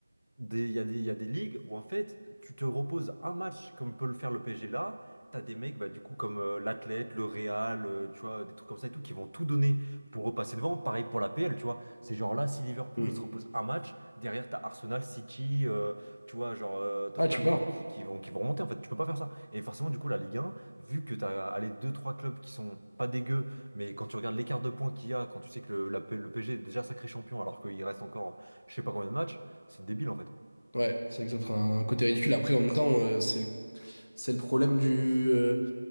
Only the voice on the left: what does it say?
Mm.
Ah, tu pars.
Ouais, c'est vrai que ça ferait un côté ridicule. Après, en même temps, euh, c'est le C'est le problème du. euh,